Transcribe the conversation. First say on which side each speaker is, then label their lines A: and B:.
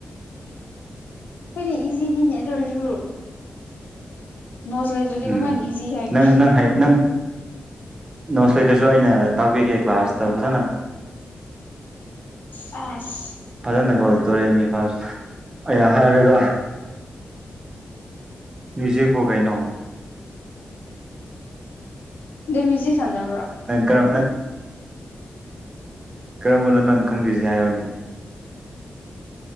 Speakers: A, on the left (about 60°); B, on the right (about 20°).
A: ꯍꯣꯏꯅꯦ ꯏꯖꯤꯅꯤꯅꯦ ꯑꯗꯨ ꯑꯣꯏꯔꯁꯨꯣ ꯅꯣꯠꯁ ꯂꯩꯇ꯭ꯔꯗꯤ
B: ꯎꯝ
A: ꯀꯃꯥꯏꯅ ꯏꯖꯤ ꯍꯥꯏꯒꯦꯔꯣ
B: ꯅꯪꯅꯪ ꯍꯥꯏ ꯅꯪ ꯅꯣꯠꯁ ꯂꯩꯇ꯭ꯔꯁꯨ ꯑꯩꯅ ꯇꯥꯛꯄꯤꯒꯦ ꯀ꯭ꯂꯥꯁꯇ ꯐꯖꯅ
A: ꯁꯦꯁ
B: ꯐꯖꯅꯒꯣ ꯗꯣꯔꯦꯃꯤ ꯑꯩ ꯍꯥꯏꯔꯒ ꯃ꯭ꯌꯨꯖꯤꯛꯄꯨ ꯀꯩꯅꯣ
A: ꯗꯨꯃ꯭ꯌꯨꯖꯤꯛ ꯁꯥꯟꯅꯕ꯭ꯔꯣ
B: <unintelligible> ꯀꯔꯝꯕꯅꯣ ꯅꯪ ꯈꯪꯗ꯭ꯔꯤꯁꯦ ꯍꯥꯏꯌꯣꯅꯦ